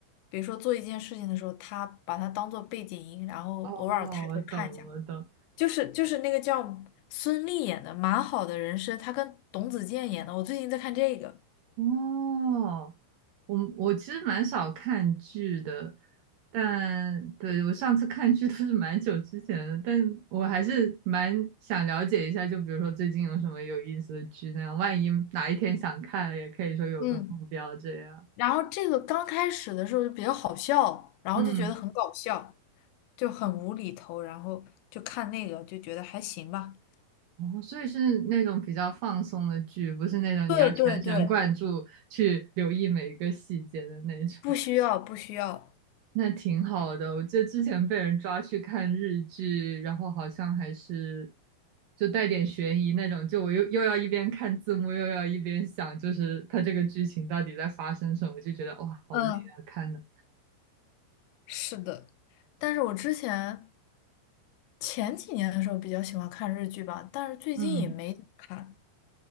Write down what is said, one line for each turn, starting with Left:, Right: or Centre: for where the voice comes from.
Left: 比如说做一件事情的时候，他把它当做背景音，然后偶尔抬头看一下。
Right: 哦，我懂，我懂。
Left: 就是就是那个叫孙俪演的《蛮好的人生》，她跟董子健演的，我最近在看这个，
Right: 哦，我我其实蛮少看剧的，但对我上次看剧都是蛮久之前的，但我还是蛮想了解一下，就比如说最近有什么有意思的剧那样，万一哪一天想看了，也可以说有个目标这样。
Left: 嗯，然后这个刚开始的时候就比较好笑，然后就觉得很搞笑，
Right: 嗯。
Left: 就很无厘头，然后就看那个就觉得还行吧。
Right: 哦，所以是那种比较放松的剧，不是那种你要全神贯注去留意每一个细节的那种。
Left: 对对对，不需要，不需要。
Right: 那挺好的，我记得之前被人抓去看日剧，然后好像还是就带点悬疑那种，就我又又要一边看字幕，又要一边想，就是它这个剧情到底在发生什么，就觉得哇，好累啊，
Left: 嗯，
Right: 看的。
Left: 是的，但是我之前前几年的时候比较喜欢看日剧吧，但是最近也没怎么看。
Right: 嗯